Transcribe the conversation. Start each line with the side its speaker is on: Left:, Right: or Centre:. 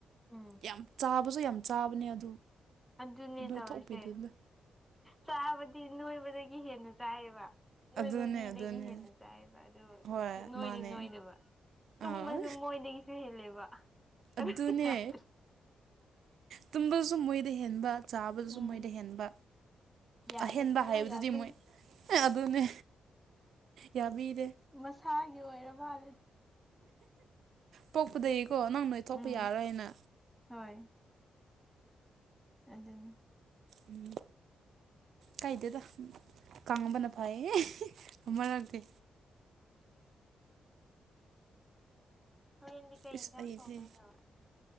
Centre: ꯎꯝ
Right: ꯌꯥꯝ ꯆꯥꯕꯁꯨ ꯌꯥꯝ ꯆꯥꯕꯅꯦ ꯑꯗꯨ
Centre: ꯑꯗꯨꯅꯦ
Right: ꯅꯣꯏꯊꯣꯛꯄꯤꯗꯨꯅ
Centre: ꯇꯧꯔꯤꯁꯦ ꯆꯥꯕꯗꯤ ꯅꯣꯏꯕꯗꯒꯤ ꯍꯦꯟꯅ ꯆꯥꯏꯌꯦꯕ ꯅꯣꯏꯕ
Right: ꯑꯗꯨꯅꯦ
Centre: ꯃꯤꯗꯒꯤ
Right: ꯑꯗꯨꯅꯦ
Centre: ꯍꯦꯟꯅ ꯆꯥꯏꯕ ꯑꯗꯨ
Right: ꯍꯣꯏ
Centre: ꯁꯨꯅꯣꯏꯗꯤ
Right: ꯃꯥꯅꯦ
Centre: ꯅꯣꯏꯗꯕ ꯇꯨꯝꯕꯁꯨ
Right: ꯑꯥ
Centre: ꯃꯣꯏꯗꯒꯤꯁꯨ ꯍꯦꯜꯂꯦꯕ ꯑꯗꯨ
Right: ꯑꯗꯨꯅꯦ
Centre: ꯌꯥꯗꯦ
Right: ꯇꯨꯝꯕꯁꯨ ꯃꯣꯏꯗ ꯍꯦꯟꯕ ꯆꯥꯕꯗꯁꯨ
Centre: ꯎꯝ
Right: ꯃꯣꯏꯗ ꯍꯦꯟꯕ
Centre: ꯌꯥꯗꯦ
Right: ꯑꯍꯦꯟꯕ
Centre: ꯁꯨꯡꯌꯥ
Right: ꯍꯥꯏꯕꯗꯨꯗꯤ
Centre: ꯌꯥꯗꯦ
Right: ꯃꯣꯏ ꯑꯗꯨꯅꯦ ꯌꯥꯕꯤꯗꯦ
Centre: ꯃꯁꯥꯒꯤ ꯑꯣꯏꯔꯃꯥꯂꯦ
Right: ꯄꯣꯛꯄꯗꯩꯀꯣ ꯅꯪ ꯅꯣꯏꯊꯣꯛꯄ
Centre: ꯎꯝ
Right: ꯌꯥꯔꯣꯏꯅ
Centre: ꯍꯣꯏ ꯑꯗꯨꯅꯤ
Right: ꯎꯝ ꯀꯥꯏꯗꯦꯗ ꯀꯪꯕꯅ ꯐꯩꯌꯦ ꯃꯔꯛꯇꯤ
Centre: ꯍꯣꯔꯦꯟꯗꯤ ꯀꯩ
Right: ꯏꯁ
Centre: ꯏꯟꯁꯥꯡ
Right: ꯑꯩꯗꯤ
Centre: ꯇꯧꯗꯣꯏꯅꯣ